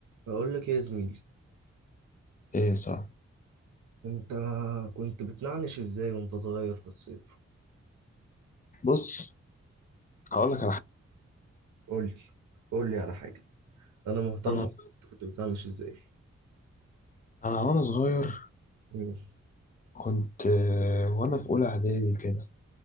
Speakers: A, on the right (about 85°); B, on the left (about 30°).
A: بقول لك إيه يا زميلي
B: ايه صح
A: انت كنت بتنعنش ازاي وانت صغير في الصيف
B: بص هقول لك على حاجه
A: قول لي قول لي على حاجة انا مهتم
B: انا
A: انت كنت بتنعنش ازاي
B: انا وانا صغير
A: مم.
B: كنت آه، وانا في اولى اعدادي كده